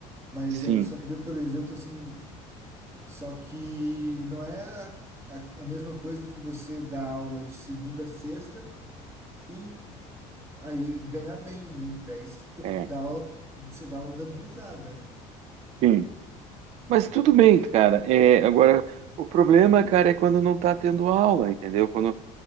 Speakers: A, on the right (about 20°); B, on the right (about 55°).
A: Mas
B: Sim,
A: é, só que deu, por exemplo, assim, só que não é a, a a mesma coisa do que você dar aula de segunda a sexta e aí ganhar bem, né? Daí você
B: é,
A: dá aula, você dá aula dando risada, né?
B: sim. Mas tudo bem, cara. É, agora, o problema, cara, é quando não tá tendo aula, entendeu? Quando,